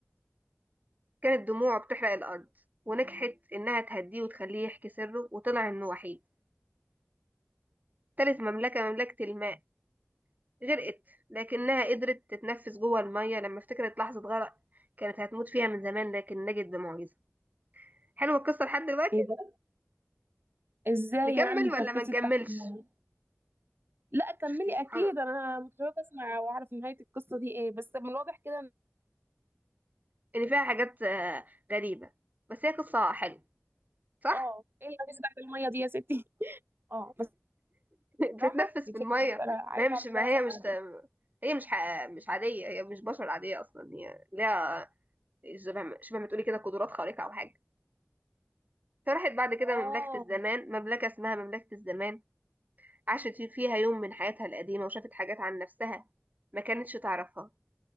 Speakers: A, on the right (about 40°); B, on the right (about 60°).
A: كانت دموعه بتحرق الأرض ونجحت إنها تهديه وتخليه يحكي سره وطلع إنه وحيد تالت مملكة مملكة الماء غرقت لكنها قدرت تتنفس جوه المية لما افتكرت لحظة غرق كانت هتموت فيها من زمان لكن نجت بمعجزة حلوة القصة لحد دلوقتي
B: ايه ده ازاي
A: نكمل
B: يعني
A: ولا
B: اتنفست
A: ما نكملش
B: تحت المية لا كملي
A: شفتي سبحان
B: اكيد
A: الله
B: انا متشوقة اسمع واعرف نهاية القصة دي ايه بس من الواضح كده
A: إن فيها حاجات آه، غريبة بس هي قصة حلوة صح
B: اه ايه اللي بتاعت الميه دي يا ستي اه
A: <laughs> بتتنفس
B: بصراحه بتحبي
A: في الميه
B: فانا عايزه
A: ما هي مش
B: اعملها
A: ما هي مش
B: فعلا
A: هي مش ح- مش عاديه هي مش بشر عاديه اصلا هي ليها شبه ما- شبه ما تقولي كده قدرات خارقه او حاجه فراحت بعد كده
B: اه
A: مملكه الزمان مملكه اسمها مملكه الزمان عاشت في- فيها يوم من حياتها القديمه وشافت حاجات عن نفسها ما كانتش تعرفها